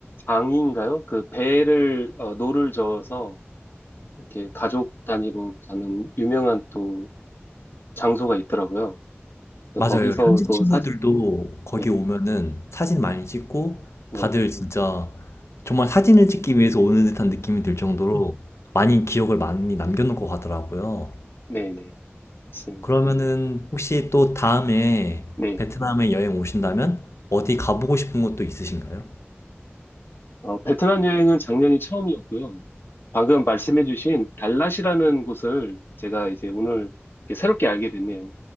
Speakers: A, on the left; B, on the left.
A: 강인가요? 그 배를 어, 노를 저어서 이렇게 가족 단위로 가는 유명한 또 장소가 있더라고요. 그래서
B: 맞아요.
A: 거기서도
B: 현지 친구들도
A: 사진
B: 거기
A: 네,
B: 오면은 사진 많이 찍고
A: 네,
B: 다들 진짜 정말 사진을 찍기 위해서 오는 듯한 느낌이 들 정도로 많이 기억을 많이 남겨 놓고 가더라고요.
A: 네, 네, 있습니다.
B: 그러면은 혹시 또 다음에
A: 네.
B: 베트남에 여행 오신다면 어디 가보고 싶은 곳도 있으신가요?
A: 어, 베트남 여행은 작년이 처음이었고요. 방금 말씀해주신 달랏이라는 곳을 제가 이제 오늘 이렇게 새롭게 알게 됐네요.